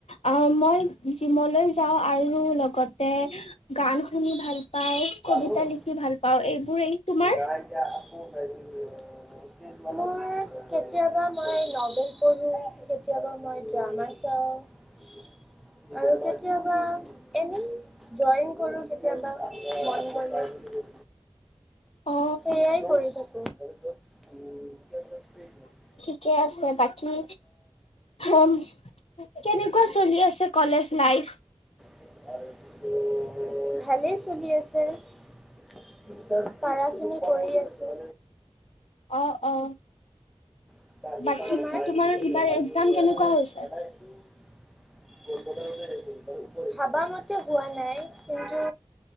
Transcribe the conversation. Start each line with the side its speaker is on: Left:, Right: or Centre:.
Left: আ মই জিমলৈ যাওঁ আৰু লগতে গান শুনি ভাল পাওঁ। কবিতা
Centre: পোৱা?
Left: লিখি ভাল পাওঁ এইবোৰেই। তোমাৰ
Centre: নাই এতিয়া আকৌ হেৰি <unintelligible> মোৰ কেতিয়াবা মই নভেল পঢ়ো কেতিয়াবা মই ড্ৰামা চাও আৰু কেতিয়াবা এনেই ড্ৰয়িং কৰো কেতিয়াবা মন গ'লে।
Left: অ
Centre: সেইয়াই কৰি থাকো। <unintelligible>
Left: ত্তই আছে বাক কী হম কেনেকুৱা চলি আছে কলেজ লাইফ?
Centre: <unintelligible> ভালেই চলি আছে। <unintelligible> পাৰাখিনি কৰি আছো।
Left: অ অ।
Centre: তোমাৰ
Left: বাকী এইবাৰ এক্জাম
Centre: <unintelligible>
Left: কেনেকুৱা হৈছে
Centre: <unintelligible> <unintelligible> ভাবা মতে হোৱা নাই কিন্তু